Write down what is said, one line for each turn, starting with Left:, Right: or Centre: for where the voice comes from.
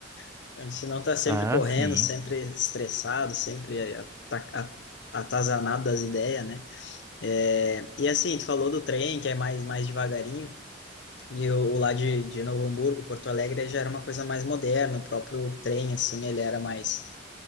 Left: <laughs> Senão tá sempre
Right: Ah,
Left: correndo,
Right: Ah, sim.
Left: sempre
Right: entendi.
Left: estressado, sempre ata- a- atazanado das ideias, né? É, e assim, tu falou do trem, que é mais, mais devagarinho, e o, o lá de, de Novo Hamburgo, Porto Alegre, já era uma coisa mais moderna, o próprio trem, assim, ele era mais